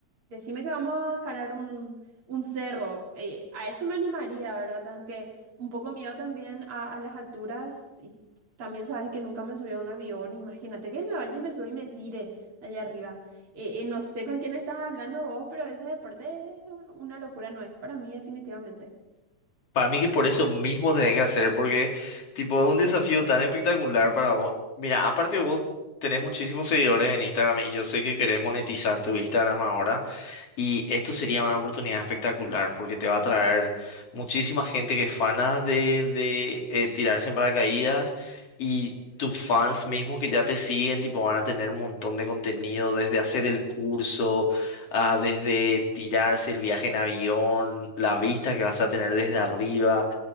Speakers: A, on the right; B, on the left.
A: decime que vamos a escalar un, un cerro, eh, a eso me animaría, ¿verdad? Aunque un poco miedo también a, a las alturas, también sabes que nunca me subí a un avión, imagínate que me vaya y me suba y me tire allá arriba. Eh, eh, no sé con quién estás hablando vos, pero ese deporte es un- una locura, no es para mí definitivamente.
B: Para mí que por eso mismo tenés que hacer, porque tipo es un desafío tan espectacular para vos. Mira, aparte vos tenés muchísimos seguidores en Instagram y yo sé que querés monetizar tu Instagram ahora. Y esto sería una oportunidad espectacular porque te va a traer muchísima gente que es fana de, de eh, tirarse en paracaídas y tus fans mismos que ya te siguen, tipo, van a tener un montón de contenido desde hacer el curso, ah, desde tirarse el viaje en avión, la vista que vas a tener desde arriba.